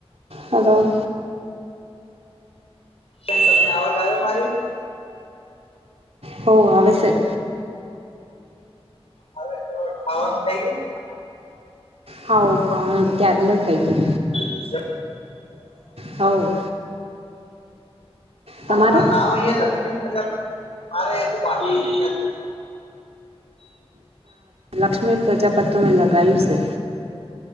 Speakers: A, on the right (about 75°); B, on the left (about 70°).
A: હાલો
B: બેન તમને આવાજ આવે મારી.
A: હો આવે છે.
B: આવે તો ખાવાનું થઈ ગઈ.
A: હાવ ખાવાનું ટ ક્યારના ખઈ ગઈ
B: <inaudible>
A: હોવ. તમારે
B: આ તમાર નામ અહીંયા કે પેલા મારે હજી બાકી <inaudible> <inaudible>
A: લક્ષ્મી પ્રજાપત તમે લગાવ્યું છે